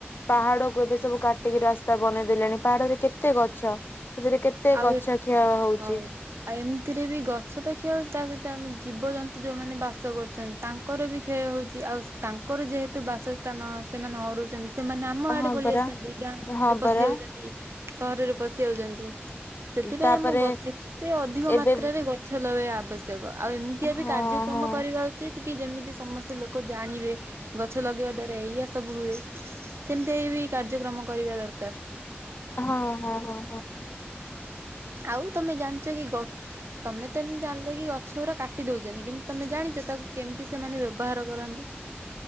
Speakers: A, on the left; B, on the right.
A: ପାହାଡ କୁ ଏବେ ସବୁ କାଟିକି ରାସ୍ତା ବନେଇ ଦେଲେଣି ପାହାଡରେ କେତେ ଗଛ ସେଥିରେ କେତେ
B: ଆଉ
A: ଗଛ କ୍ଷୟ ହଉଚି?
B: ହଁ ଆଉ ଏମ୍ତିରେ ବି ଗଛ ତ କ୍ଷୟ ହଉଚି ତା ସହିତ ଆମେ ଜୀବଜନ୍ତୁ ଯୋଉମାନେ ବାସ କରୁ <unintelligible> ତାଙ୍କର ବି କ୍ଷୟ ହଉଚି ଆଉ ତାଙ୍କର ଯେହେତୁ ବାସସ୍ଥାନ ସେମାନେ <unintelligible> ସେମାନେ ଆ ଆମ
A: ହଁ
B: ଆଡେ ପଳି
A: ପରା
B: ଆସୁଚନ୍ତି ଗାଁରେ
A: ହଁ ପରା
B: ପଶି ଯାଉଛନ୍ତି। ସହରରେ ପଶି ଆଉଚନ୍ତି ସେଥିପାଇଁ
A: ତାପରେ
B: ଆମ ଗ ଏତେ ଅଧିକ
A: ଏବେ
B: ମାତ୍ରାରେ ଗ ଛ ଲଗେଇଆ ଆବଶ୍ୟକ ଆଉ ଏମିତିଆ
A: ହଁ
B: ବି କାର୍ଯ୍ୟକ୍ରମ
A: ହଁ
B: କରିବା ଉ ଚିତ୍ କି ଯେମିତି ସମସ୍ତେ ଲୋକ ଜାଣିବେ ଗଛ ଲଗେଇବା ଦ୍ଵାରା ଏଇଆ <unintelligible> ସବୁ ହୁଏ ସେମ୍ତି ଏ ବି କାର୍ଯ୍ୟକ୍ରମ କରିବା ଦରକାର୍।
A: ହଁ- ହଁ- ହଁ- ହଁ
B: ଆଉ ତମେ ଜାଣିଚ କି ଗ ତମେ ତ ଏମ୍ ଜାଣିଲ କି ଗଛ ଉରା କାଟି ଦଉଛନ୍ତି <unintelligible> ତମେ ଜାଣିଛ ତାକୁ କେମିତି ସେମାନେ ବ୍ୟବହାର କରନ୍ତି?